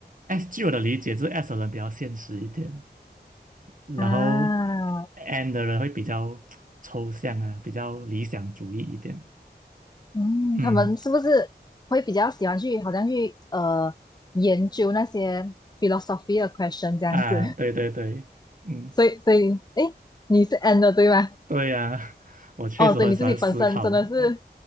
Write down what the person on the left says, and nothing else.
啊，
嗯，
他们是不是会比较喜欢去，好像去呃研究那些 philosophy 的 question 这样子？
<laughs>
所以所以，诶，你是 N 的对吗？
哦，所以你自己本身真的是